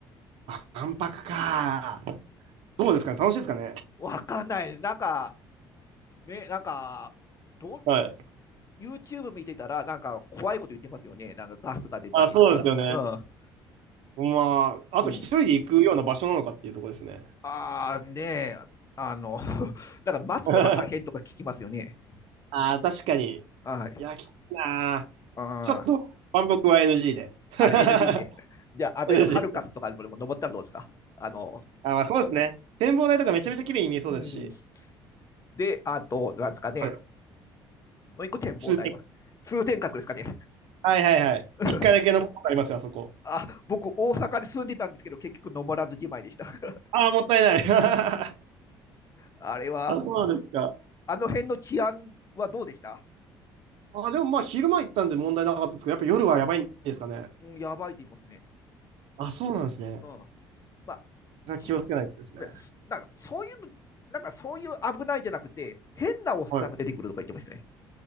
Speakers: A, on the right; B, on the left.
A: あ、万博か。どうですかね楽しいですかね
B: わかんない。なんか、ね、なんか、どう、
A: はい。
B: YouTube 見てたら、なんか怖いこと言ってますよね。なんかガスが出たりとか。
A: あ、そうですよね。
B: うん。
A: まあ、あと一人で行くような場所なのかっていうところですね。
B: うん、ああ、ねえ、あの、<laughs> だから待つのが大変とか聞きますよね。
A: <laughs> ああ、確かに。
B: はい。
A: いや、きついなー。
B: あー
A: ちょっと、万博は NG で。<laughs>
B: あれ NG で。<laughs> じゃあ、アベノハルカスとかでも登ったらどうですかあの、
A: NG で。あ、まあそうですね。展望台とかめちゃめちゃ綺麗に見えそうですし。
B: うん。で、あと、なんですかね。
A: はい。
B: もう一個展望台は。
A: 通天
B: 通天閣ですかね。
A: はいはいはい。
B: <laughs>
A: 一回だけ登ったことありますよ、あそこ。
B: あ、僕、大阪に住んでたんですけど、結局登らずじまいでした。<laughs>
A: ああ、もったいない。<laughs>
B: あれは、
A: あ、そうなんですか。
B: うんあの辺の治安はどうでした
A: あ、でもまあ昼間行ったんで問題なかったですけど、やっぱ夜はやばいんですかね。
B: うん、やばいって言いますね。
A: あ、そうなんですね。
B: うん。まあ、
A: それは気をつけないとですね。
B: しねなんかそういうの、なんかそういう危ないじゃなくて、変なおっさんが出てくるとか言ってましたね。
A: はい。